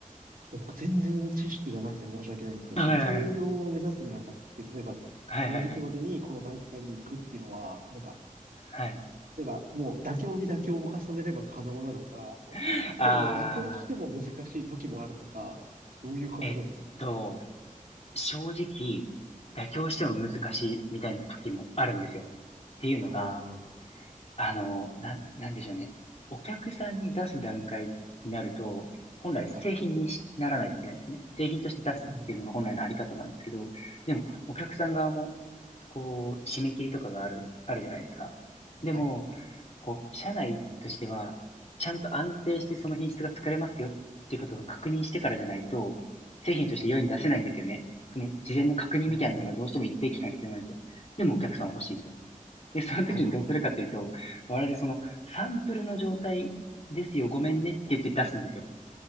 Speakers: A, on the right; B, on the left.
A: ちょっと僕全然知識がなくて申し訳ないんですけど、
B: はいはいはい。
A: その定量を目指すにあたって、例えば、
B: はいはいはい。
A: この時期までにこの段階に行くっていうのは、なんか、
B: はい。
A: 例えばもう妥協に妥協を重ねれば可能なのか、そそれとももう妥協しても難しい時もあるのか、
B: あ
A: どういう感じなんですかね。
B: えっと、正直、妥協しても難しいみたいな時もあるんですよ。
A: はい。
B: っていうのが、
A: ああ、
B: あの、なん、なんでしょうね。お客さんに出す段階になると、本来製品にしならないといけないんですよね。
A: はい。
B: 製品として出すっていうのが本来のあり方なんですけど、
A: うん。
B: でも、
A: はい。
B: お客さん側も、こう、締め切りとかがある、あるじゃないですか。でも、
A: はい。
B: こう、社内としては、ちゃんと安定してその品質が作れますよっていうことが確認してからじゃないと、製品として世に出せないんですよね。
A: はい。
B: その事前の確認みたいなのがどうしても一定期間必要なんですよ。
A: うん。
B: でもお客さんは欲しいと。で、その時にどうするかっていうと、
A: はいはい。
B: 我々そのサンプルの状態ですよ、ごめんねって言って出すんですよ。